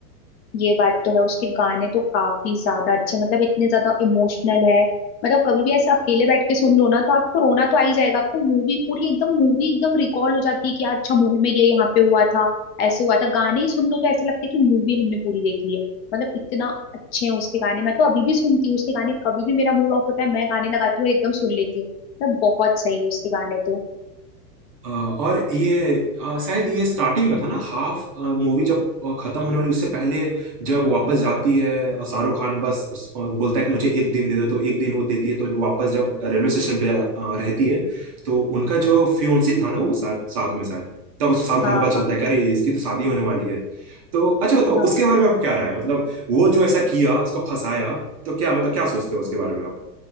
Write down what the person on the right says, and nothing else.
अ, और ये अ, शायद ये स्टार्टिंग में था ना हाफ मूवी जब अ, खत्म होने वाली उससे पहले जब वापस जाती है अ, शाहरुख खान बस उस- अ, बोलता है कि मुझे एक दिन दे दो तो एक दिन वो देती है तो जो वापस जब रेलवे स्टेशन पे जा- अ, रहती है तो उनका जो फियोन्सी था ना वो साथ साथ में शायद तब उस शाहरुख
खान को पता चलता
है कि अरे इसकी तो शादी होने वाली है तो अच्छा बताओ
उसके बारे में आपका क्या राय है मतलब वो जो ऐसा किया उसको फंसाया तो क्या मतलब क्या सोचते हो उसके बारे में